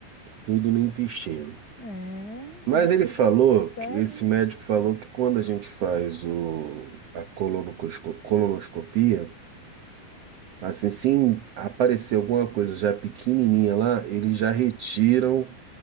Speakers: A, on the right; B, on the left.
A: tudo no intestino.
B: É, os
A: Mas
B: médicos
A: ele
B: deveriam
A: falou,
B: estudar,
A: que- esse
B: né?
A: médico falou que quando a gente faz o, a colonosco- colonoscopia, assim, se aparecer alguma coisa já pequenininha lá, eles já retiram